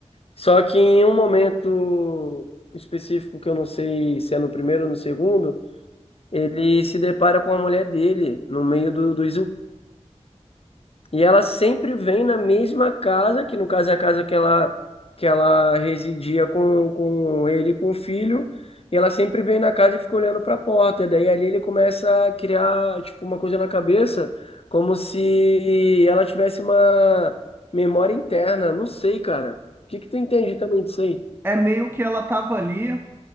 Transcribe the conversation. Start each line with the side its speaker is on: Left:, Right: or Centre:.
Left: Só que em um momento específico, que eu não sei se é no primeiro ou no segundo, ele se depara com a mulher dele no meio do, do e ela sempre vem na mesma casa, que no caso é a casa que ela, que ela residia com, com ele e com o filho. E ela sempre vem na casa e fica olhando para a porta. Daí ali ele começa a criar, tipo, uma coisa na cabeça, como se ela tivesse uma memória interna. Não sei, cara. O que que tu entende também disso aí?
Right: É meio que ela estava ali